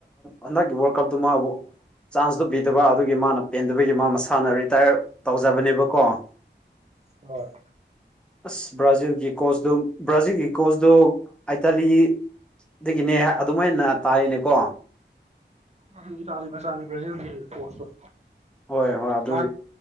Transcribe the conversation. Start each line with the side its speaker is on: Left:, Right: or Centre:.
Centre: ꯍꯟꯗꯛꯀꯤ ꯋꯥꯔꯜ ꯀꯞꯇꯨ ꯃꯥꯕꯨ ꯆꯥꯟꯁꯇꯨ ꯄꯤꯗꯕ ꯑꯗꯨꯒꯤ ꯃꯥꯅ ꯄꯦꯟꯗꯕꯒꯤ ꯃꯥ ꯃꯁꯥꯅ ꯔꯤꯇꯥꯌꯔ ꯇꯧꯖꯕꯅꯦꯕꯀꯣ
Right: ꯍꯣꯏ
Centre: ꯑꯁ ꯕ꯭ꯔꯥꯖꯤꯜꯒꯤ ꯀꯣꯁꯇꯣ ꯕ꯭ꯔꯥꯖꯤꯜꯒꯤ ꯀꯣꯆꯇꯣ ꯑꯥꯏꯇꯥꯂꯤ ꯑꯗꯨꯒꯤꯅꯦ ꯑꯗꯨꯃꯥꯏꯅ ꯇꯥꯏꯅꯦꯀꯣ
Right: ꯑꯗꯨꯗꯤ ꯇꯥꯕ ꯁꯅꯤ ꯕ꯭ꯔꯥꯖꯤꯜꯒꯤ ꯄꯣꯁꯇ
Centre: ꯍꯣꯏ ꯍꯣꯏ ꯑꯗꯨ
Right: ꯃꯥ